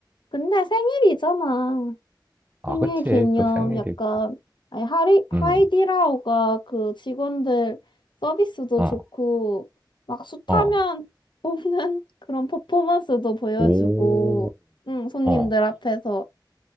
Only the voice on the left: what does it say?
근데 생일이잖아.
생일
기념
약간 아니 하리, 하이디라오가
그 직원들 서비스도
좋고 막 숱하면
뽑는 <laughs> 그런 퍼포먼스도 보여주고
응, 손님들
앞에서